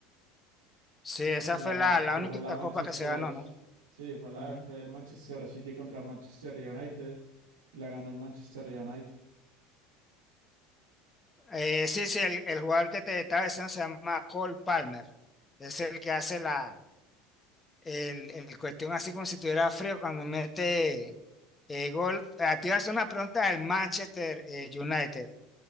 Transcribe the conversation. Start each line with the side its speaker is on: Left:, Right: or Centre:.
Left: Sí, esa
Right: y la,
Left: fue la, la
Right: que
Left: única
Right: fue la Manchester,
Left: copa que se ganó, ¿no?
Right: sí, fue la,
Left: Ujú.
Right: fue el Manchester City contra Manchester United, y la ganó el Manchester United.
Left: Eh, sí, sí, el, el jugador que te estaba diciendo se llama Cole Palmer. Es el que hace la el, el cuestión así como si tuviera frío cuando mete eh, gol. A ti hace una pregunta del Manchester eh, United.